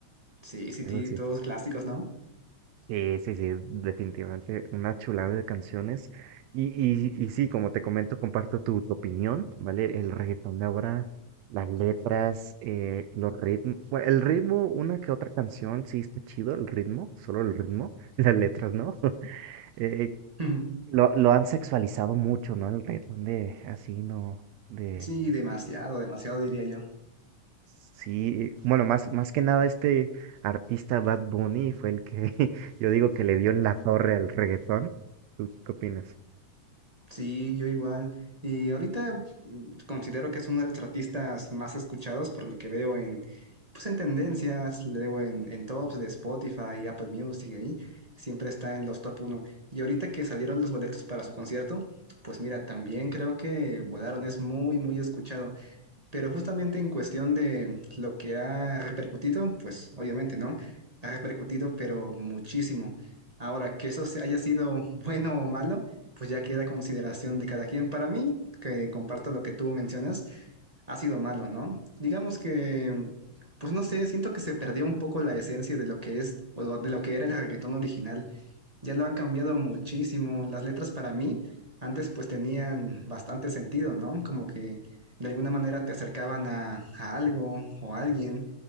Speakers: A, on the right (about 30°); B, on the right (about 75°).
A: Sí, sí,
B: Algo
A: sí,
B: así.
A: todos clásicos, ¿no?
B: Sí, sí, sí, definitivamente una chulada de canciones. Y, y, y sí, como te comento, comparto tu, tu opinión, ¿vale? El reggaetón de ahora, las letras, eh, los ritmos. Bueno, el ritmo, una que otra canción, sí está chido, el ritmo, solo el ritmo, <laughs> las letras, ¿no? <laughs> Eh,
A: <laughs> Ujú.
B: Lo, lo han sexualizado mucho, ¿no? El reggaetón de así, ¿no? De...
A: Sí, demasiado, demasiado diría yo.
B: Sí, bueno, más, más que nada este artista Bad Bunny fue el que <laughs> yo digo que le dio en la torre al reggaetón. ¿Tú qué opinas?
A: Sí, yo igual. Y ahorita mm, considero que es uno de los artistas más escuchados por lo que veo en, pues en tendencias, luego en, en tops de Spotify, Apple Music, ahí siempre está en los top uno. Y ahorita que salieron los boletos para su concierto, pues mira, también creo que Volaron es muy, muy escuchado. Pero justamente en cuestión de lo que ha repercutido, pues obviamente, ¿no? Ha repercutido, pero muchísimo. Ahora, que eso se- haya sido <laughs> bueno o malo, pues ya queda a consideración de cada quien. Para mí, que comparto lo que tú mencionas, ha sido malo, ¿no? Digamos que, pues no sé, siento que se perdió un poco la esencia de lo que es o de lo que era el reggaetón original ya lo han cambiado muchísimo. Las letras para mí antes pues tenían bastante sentido, ¿no? Como que de alguna manera te acercaban a, a algo o a alguien.